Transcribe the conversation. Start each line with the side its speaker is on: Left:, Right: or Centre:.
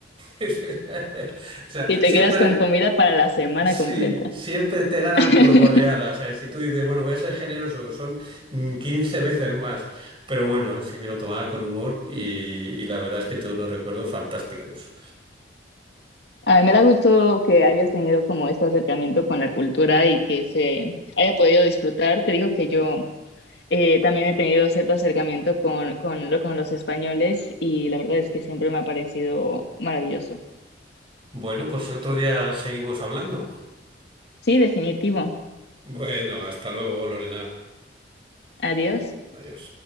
Right: <laughs> O sea,
Left: Y te
Right: siempre,
Left: quedas con comida para la semana
Right: sí,
Left: completa.
Right: siempre te ganan
Left: <laughs>
Right: por goleada. O sea, si tú dices, bueno, voy a ser generoso, son mm, 15 veces más. Pero bueno, sí me lo tomaba con humor y, y la verdad es que tengo unos recuerdos fantásticos.
Left: A mí me da gusto que hayas tenido como este acercamiento con la cultura y que se haya podido disfrutar. Te digo que yo eh, también he tenido cierto acercamiento con, con, lo- con los españoles y la verdad es que siempre me ha parecido maravilloso.
Right: Bueno, pues otro día seguimos hablando.
Left: Sí, definitivo.
Right: Bueno, hasta luego, Lorena.
Left: Adiós.
Right: Adiós.